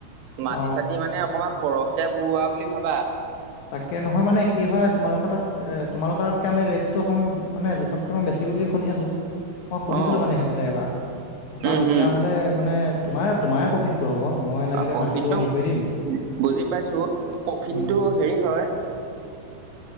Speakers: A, on the right (about 90°); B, on the left (about 60°).
A: মাটি-চাতি
B: অ
A: মানে অকণমান খৰহ কে বুৰুৱা বুলি ভাবা
B: তাকে, নহয় মানে কি হয় তোমালোকৰ তাত এ তোমালোকৰ তাতকে আম ৰেটটো অকণ মানে জোখতকে অকণ বেছি বুলি শুনি আছোঁ। মই সুধিছিলোঁ
A: অ
B: মানে সেইফালে এবাৰ, তাপা
A: উম
B: তেতিয়া
A: হম
B: হলে মানে তোমাৰ তোমাৰে প্ৰফিট- টো হ'ব, মই লাগিলে
A: প্ৰফিটটো
B: মাটিটো হেয়ি কৰি দিম।
A: বুজি পাইছো প্ৰফিটটো
B: উম।
A: হেৰি হয়